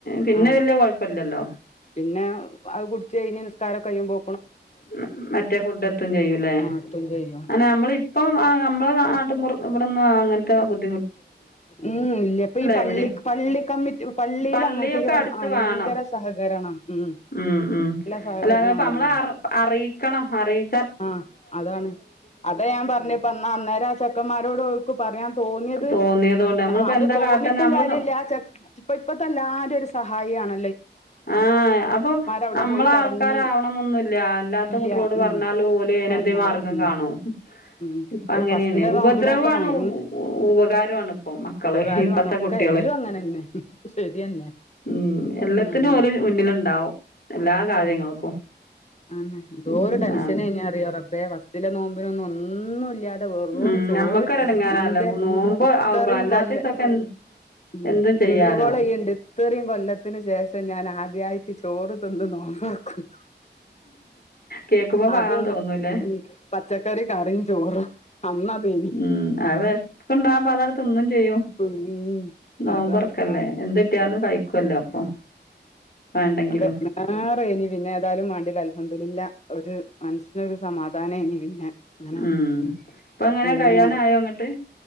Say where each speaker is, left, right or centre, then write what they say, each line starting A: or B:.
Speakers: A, on the left; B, on the left.
A: പിന്നെ
B: ആഹ്
A: വല്യ കൊഴപ്പല്ലല്ലോ
B: പിന്നെ അത് കുടിച്ച് കഴിഞ്ഞ് നിസ്കാരം കഴിയുമ്പോ
A: ഉം മറ്റേ ഫുഡെത്തും ചെയ്യു ലേ
B: ആഹ് എത്തും ചെയ്യും
A: അനാ അമ്മളിപ്പം ആ നമ്മള നാട്ട്മ്പൊറം ഇവടൊന്ന് അങ്ങനത്തെ ബുദ്ധ്
B: ഉം ഇല്ല്യ ഇപ്പ ഈ പള്ളിക്ക്
A: എവിടിം
B: പള്ളി കമ്മിറ്റ് പള്ളീല്
A: പള്ളിയൊക്കെ
B: അങ്ങൻത്തെ ഈ റം
A: അടുത്ത്
B: അയങ്ക
A: വേണം
B: ര സഹകരണാ ഉം
A: ഉം ഉം
B: നല്ല സഹകരണാണല്ലോ
A: അല്ലാതപ്പം അമ്മള അർ അറിയിക്കണം അറിയി
B: ആഹ് അതാണ് അതെ ഞാൻ പറഞ്ഞപ്പം അന്നാ അന്നേരാ ചെക്കമ്മാരോട് ഓൽക്ക് പറയാൻ തോന്നിയത്
A: തോന്നിയതോണ്ട് നമ്മളിപ്പോ
B: ആഹ് അത്
A: എന്താ
B: തോന്നീട്ടും
A: കാട്ടന്നെ നമ്മള്
B: കാര്യല്ലാ
A: സ്വ
B: ആ ചെക്ക് ഇപ്പ ഇപ്പത്ത എല്ലാരും ഒരു സഹായിയാണ
A: ആഹ് അപ്പൊ
B: അവിടെ
A: നമ്മള
B: പോയി പറഞ്ഞ്
A: ആൾക്കാരാവണംന്നൊന്നുല്ല്യാ അല്ലാത്ത
B: ഇല്ല
A: കുട്ട്യളോട് പറഞ്ഞാലും
B: ഉം
A: ഓൽ പേനന്തേ
B: പറഞ്ഞത്
A: മാർഗം
B: ഉം
A: കാണും
B: ഉം
A: ഇപ്പങ്ങനേണ്
B: ഓ ഫസ്റ്റിലെ
A: ഉപദ്രവാണ്
B: നോമ്പിനൊക്കെ ഭയ
A: ഉ ഉ ഉ ഉ ഉപകാരുംആണ് ഇപ്പൊ മക്കള്
B: ഉപകാരമാണ്
A: ഇപ്പത്തെ
B: ഒക്കെ
A: കുട്ടി
B: എല്ലും അങ്ങനന്നെ ശരിയന്നെ
A: ഉം എല്ലത്തിനും
B: ഉം
A: ഓല് മുന്നില്ണ്ടാവും എല്ലാ കാര്യങ്ങൾക്കും
B: ഉം ആന്നെ എന്തോരു
A: ഉം
B: ടെൻഷനേനിന്നറിയോ
A: ആണ്
B: റബ്ബേ ഫസ്റ്റിലെ നോമ്പിനൊന്നും ഒന്നുല്ല്യാ തെ വെറൂം
A: ഉം
B: ചോറ്
A: ഞമ്മക്കൊരു എടങ്ങേറാല്ലേ
B: ഇന്റെ
A: നോമ്പ്
B: ഇത്തറീം
A: ആവുമ്പളാ അല്ലാത്തീസൊക്കെ
B: കൊല്ല ഉം
A: എന്തും ചെയ്യാലോ
B: വീഡിയോ കോളെയ്യണ്ട് ഇത്തറീം കൊല്ലത്തിന് ശേഷം ഞാനാദ് ദ്യായിട്ട് ചോറ് തിന്ന് നോമ്പൊറക്കുന്നു
A: കേക്കുമ്പോ
B: അതൊന്ന്
A: പാവം തോന്നൂലേ
B: ഉം പച്ചക്കറി കറീം ചോറും അന്നതേനി
A: ഉം അഅ് വെശപ്പ്ണ്ടാവുമ്പ അതാണ്ട് തിന്നും ചെയ്യും
B: ഉം
A: നോമ്പൊറക്കല്ലേ
B: അതാണ് ആ
A: എന്ത് കിട്ടിയാലും കഴിക്കുവല്ലോ അപ്പൊ
B: <unintelligible>
A: വേണ്ടെങ്കിലും
B: പിന്നേതായാലും മാണ്ടില്ല അൽഹം ദുലില്ല ഒരു മനസ്സിനൊരു സമാധാനേയ്നി പിന്നെ അങ്ങനെ
A: ഉം ഇപ്പങ്ങനെ
B: ഇള്ളയിനോട്
A: കഴിയാനായോ ഇങ്ങട്ട്